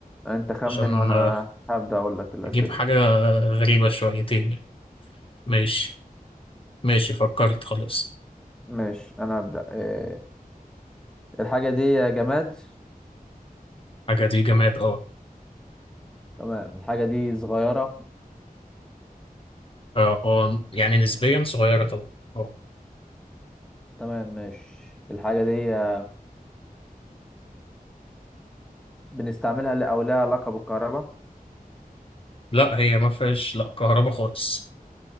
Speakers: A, in the centre; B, on the left.
A: أنت خمن
B: عشان
A: وأنا
B: آه،
A: هبدأ أقول لك الأسئلة
B: أجيب حاجة غريبة شويتين يعني. ماشي ماشي فكرت خلاص
A: ماشي أنا هبدأ آه، الحاجة دي جماد
B: حاجة دي جماد آه
A: تمام الحاجة دي صغيرة
B: اه اه يعني نسبيا صغيرة طبعا اه
A: تمام ماشي الحاجة دي آه، بنستعملها ل- أو لها علاقة بالكهرباء
B: لا هي ما فيهاش لا كهرباء خالص